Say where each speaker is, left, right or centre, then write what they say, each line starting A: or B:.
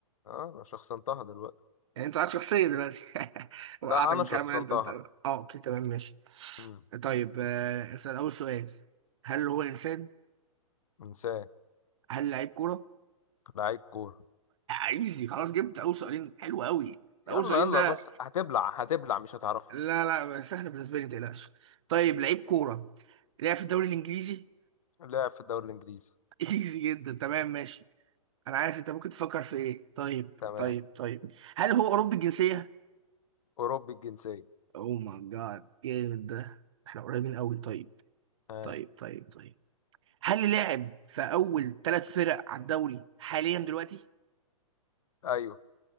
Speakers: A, on the left; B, on the right.
A: آه، انا شخصنتها دلوقتي
B: يعني انت معاك شخصيه دلوقتي <laughs> وقعتك
A: لا انا
B: بالكلام
A: شخصنتها
B: اللي انت انت اه اوكي تمام ماشي
A: مم.
B: طيب آه، اسال اول سؤال هل هو انسان؟
A: انسان
B: هل لعيب كوره؟
A: لعيب كورة
B: ايزي خلاص جبت اول سؤالين حلو قوي
A: يلا
B: اول سؤالين
A: يلا
B: ده
A: بس هتبلع هتبلع مش هتعرفه
B: لا لا سهل بالنسبه لي ما تقلقش طيب لعيب كوره لعب في الدوري الانجليزي
A: لعب في الدوري الانجليزي
B: <laughs> ايزي جدا تمام ماشي انا عارف انت ممكن تفكر في ايه طيب
A: تمام
B: طيب طيب هل هو اوروبي الجنسيه
A: اوروبي الجنسيه
B: او ماي جاد جامد ده احنا قريبين قوي طيب
A: ها
B: طيب طيب طيب هل لعب في اول ثلاث فرق على الدوري حاليا دلوقتي
A: ايوه